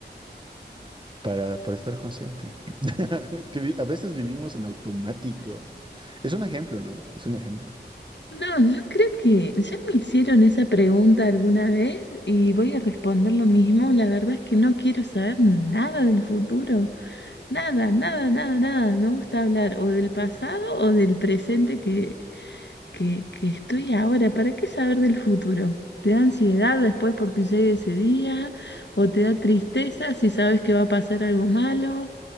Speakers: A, on the right; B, on the left.
A: para, para estar consciente. <laughs> Es que vi- a veces vivimos en automático. Es un ejemplo, ¿no? Es un ejemplo.
B: No, yo creo que ya me hicieron esa pregunta alguna vez y voy a responder lo mismo. La verdad es que no quiero saber nada del futuro. Nada, nada, nada, nada. Me gusta hablar o del pasado o del presente que que, que estoy ahora. ¿Para qué saber del futuro? ¿Te da ansiedad después porque llegue ese día? ¿O te da tristeza si sabes que va a pasar algo malo?